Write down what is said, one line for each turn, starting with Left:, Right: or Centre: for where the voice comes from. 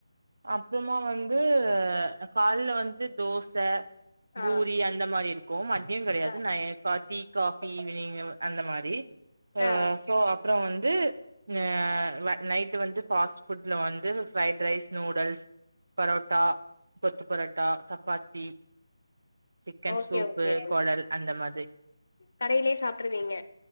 Right: அப்றமா வந்து காலைல வந்து தோச பூரி
Left: ஆ
Right: அந் இந்த மாரி இருக்கு மத்தியோ கெடையாது
Left: ஆ
Right: நா ஏ கா தீ காபி ஈவினிங் அந்த மாரி அ
Left: ஆ
Right: சோ அப் அப்பறோ வந்து ஆ நைட்டு வந்து ஃபாஸ்ட் ஃபுட்ல வந்து fried rice noodles parotta kothu parotta chapati chicken
Left: okay
Right: soup
Left: okay
Right: கொடல்
Left: okay
Right: அந்த மாத்ரி
Left: கடையிலயே சாப்ட்ருவீங்க